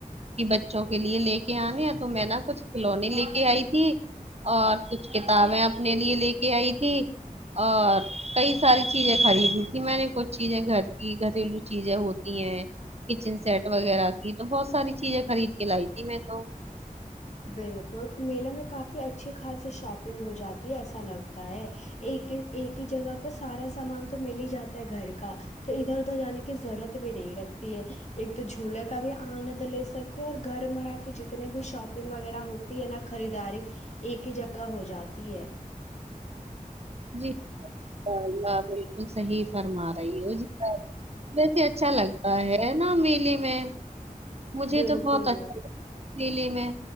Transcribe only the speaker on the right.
بچوں کے لیے لے کے آنے تو میں نا کچھ کھلونے لے کے آئی تھی اور کچھ کتابیں اپنے لیے لے کے آئی تھی اور کئی ساری چیزیں خریدی تھی میں نے کچھ چیزیں گھر کی گھریلو چیزیں ہوتی ہیں کچن سیٹ وغیرہ کی تو بہت ساری چیزیں خرید کے لائی تھی میں تو
جی اللہلہ بالکل صحیح فرما رہی ہو جی ویسے اچھا لگتا ہے ن میلے میں مجھے
تو بہت اچھا لگ دلی میں